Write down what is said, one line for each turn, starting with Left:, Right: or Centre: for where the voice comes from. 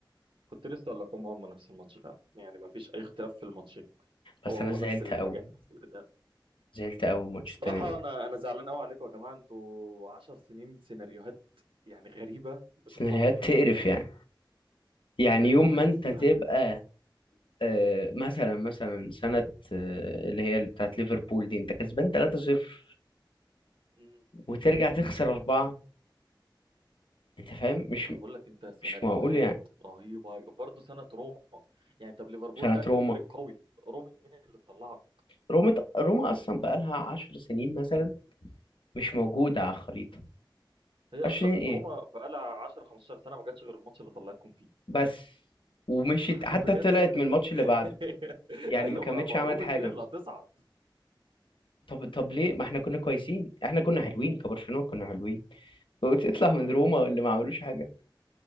Right: كنت لسه اقول لكم هم نفس الماتش فعلا يعني ما فيش اي اختلاف في الماتش
Left: بس
Right: هو هو
Left: انا زعلت
Right: نفس الحاجات
Left: قوي
Right: نفس الاداء
Left: زعلت قوي الماتش
Right: الصراحه
Left: التاني ده
Right: انا انا زعلان قوي عليكم يا جماعه انتوا 10 سنين سيناريوهات يعني غريبه بتطلعوا
Left: سيناريوهات
Right: بيها
Left: تقرف يعني يعني
Right: سيناريوهات
Left: يوم
Right: غريبه
Left: ما انت تبقى آه، مثلا مثلا سنة آه، اللي هي بتاعت ليفربول دي انت كسبان 3-0
Right: امم
Left: وترجع تخسر أربعة أنت فاهم مش
Right: ما انا بقول لك انت سيناريوهات
Left: مش معقول يعني
Right: رهيبه برضه سنه روما يعني طب ليفربول
Left: كانت
Right: ده كان
Left: روما
Right: فريق قوي روما مين اللي طلعك
Left: روما روما أصلا بقالها عشر سنين مثلا مش موجودة على الخريطة
Right: هي
Left: عشر
Right: اصلا
Left: سنين إيه
Right: روما بقالها 10 15 سنه ما جاتش غير الماتش اللي طلعتكم فيه
Left: بس ومشيت
Right: <laughs>
Left: حتى
Right: بجد
Left: طلعت
Right: <laughs>
Left: من الماتش اللي بعده يعني
Right: ايوه
Left: ما كملتش
Right: ما ما
Left: عملت
Right: روما
Left: حاجة
Right: مين اللي
Left: مثلا
Right: هتصعد
Left: طب طب ليه ما احنا كنا كويسين احنا كنا حلوين كبرشلونة كنا حلوين وتطلع
Right: الصراحه
Left: من
Right: ايوه
Left: روما اللي ما عملوش حاجة